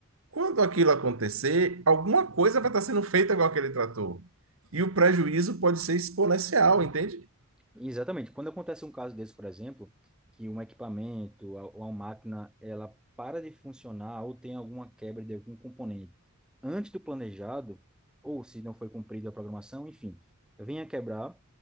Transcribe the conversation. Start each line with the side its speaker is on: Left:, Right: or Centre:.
Right: Quando aquilo acontecer, alguma coisa vai estar sendo feita com aquele trator. E o prejuízo pode ser exponencial, entende?
Centre: Exatamente. Quando acontece um caso desse, por exemplo, que um equipamento ou uma máquina ela para de funcionar ou tem alguma quebra de algum componente antes do planejado, ou se não foi cumprida a programação, enfim, vem a quebrar